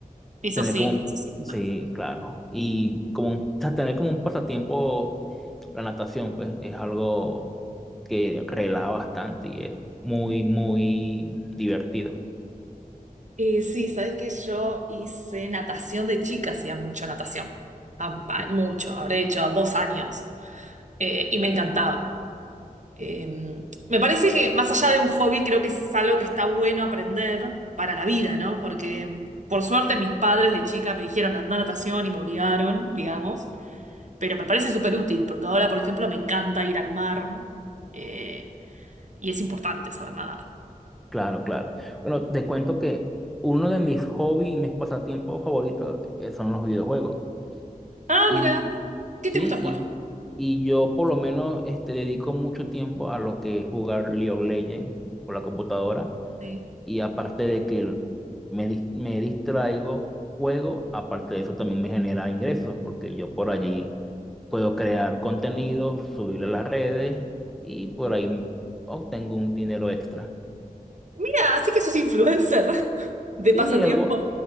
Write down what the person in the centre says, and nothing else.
Tener
como un,
sí, claro. Y como un- o sea, tener como un pasatiempo, la natación, pues, es algo que relaja bastante y es muy, muy divertido.
Sí,
Claro, claro. Bueno, te cuento que uno de mis hobbies y mis pasatiempos favoritos eh, son los videojuegos.
Y
sí,
y, y yo por lo menos este, dedico mucho tiempo a lo que es jugar League of Legends por la computadora.
Y aparte de que me, dis- me distraigo, juego, aparte de eso también me genera ingresos, porque yo por allí puedo crear contenido, subirlo a las redes y por ahí obtengo un dinero extra.
Sí,
algo,